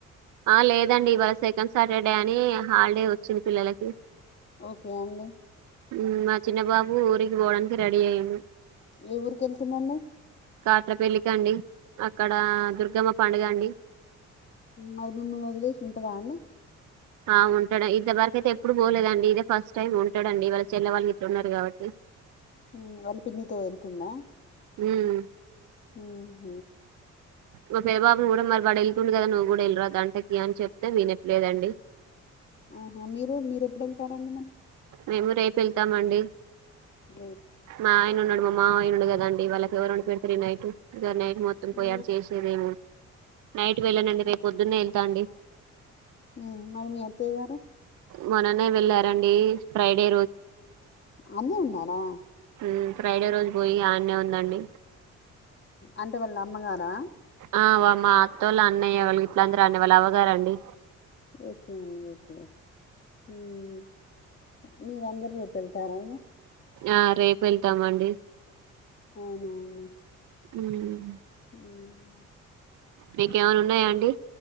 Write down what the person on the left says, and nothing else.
ఓకే అండి
ఏ ఊరికి వెళ్తుండండి
మరి మిమ్మల్ని వదిలేసి ఉంటారా అండి
మ్ వాళ్ పిన్నితో వెళ్తుందా?
మ్ హ్
ఆహా మీరు మీరెప్పుడ్ ఎళ్తారండి మరి
రేపు.
ఆ,
మ్ మరి మీ అత్తయ్ గారు
అన్నే ఉన్నారా?
అంటే వాల్ అమ్మగారా?
ఓకే అండి ఓకే ఓకే మ్ మీరందర్ రేప్ ఎళ్తారా ఇగ
అవునా అండి.
ఉమ్,
ఉమ్.